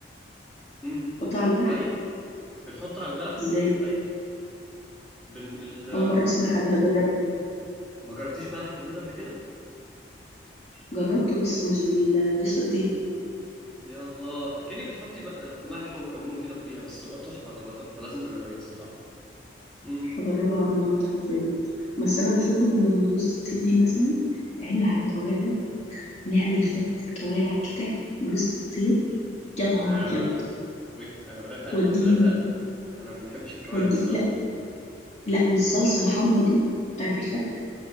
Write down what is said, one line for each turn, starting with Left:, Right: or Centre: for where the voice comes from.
Centre: امم
Left: تحطها على البلح
Centre: اي بنحطه على البلح
Left: ازاي
Centre: بالبيض ايوه بن ال...
Left: اول مرة اسمعها دي هجربها
Centre: ما جربتيش بلح بالبيض قبل كده
Left: جربته بس مش بالجوز الطيب
Centre: يا الله كأنك بتحطي م- ملح وكمون كده فوقيها بس تبقى تحفه تبقى تحفه لازم تجربيها الصراحه امم
Left: هجربها النهارده حرفيا بس انا بشوف ان الجوز الطيب دي مثلا تتعمل على كوارع ونعمل فتة كوارع كده بجوز الطيب يا نهار
Centre: انا
Left: ابيض
Centre: بقى ويت انا بدات اقلق
Left: وديني
Centre: بدات اقلق انا ما بحبش الكوارع
Left: ودي
Centre: الصراحه
Left: لا لا والصلصه الحمرا دي بتاعت الفته